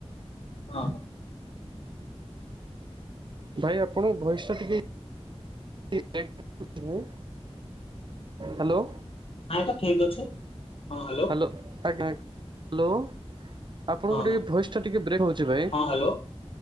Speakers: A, on the left; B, on the right.
A: ହଁ।
B: ଭାଇ ଆପଣଙ୍କ ଭଏସ ଟା ଟିକେ <unintelligible> ହାଲୋ।
A: ନାଇଁ ତ ଠିକ୍ ଅଛି ହଁ ହାଲୋ।
B: ଆଜ୍ଞା ଆଜ୍ଞା ହାଲୋ। ଆପଣଙ୍କୁ
A: ହଁ
B: ଟିକେ
A: ହଁ
B: ଭଏସ୍ ଟା ଟିକେ ବ୍ରେକ୍ ହଉଛି ଭାଇ।
A: ହଁ ହ୍ୟାଲୋ